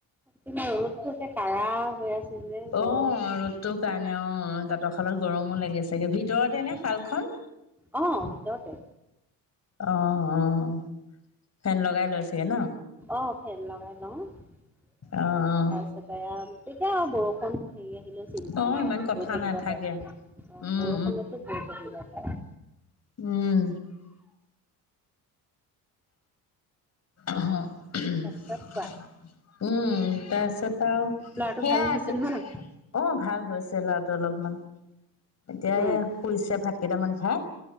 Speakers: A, in the centre; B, on the left.
A: কিমান ৰ'দটো যে কাঢ়া হৈ আছে যে
B: অ অ
A: গৰম। অকমান
B: ৰ'দটোৰ কাৰণে অঁ' তাঁতৰ শালত গৰমো লাগে চাগে, ভিতৰতে নে শালখন?
A: অঁ' ভিতৰতে।
B: অঁ অঁ' ফেন লগাই লৈ চাগে ন
A: অঁ' ফেন লগাই লওঁ। তাৰপিছতে
B: অ অ
A: তেতিয়া বৰষুণ হেৰি আহিলো চিন্তা
B: অ
A: নাই
B: ইমান
A: আৰু
B: কথা
A: বৈ থাকিব
B: নাথাকে
A: পাৰে অঁ'
B: উম
A: বৰষুণতো বৈ থাকিব পাৰে।
B: উমঁ। অঁ। উমঁ' তাৰ
A: তাৰপিছত কোৱা
B: পিছত আৰু সেইয়া
A: ল'ৰাটো ভাল হৈছে
B: কি
A: নহয় ন
B: অঁ' ভাল হৈছে ল'ৰাটো অলপমান। এতিয়া এই
A: উম
B: শুইছে ভাত কেইটামান খাই।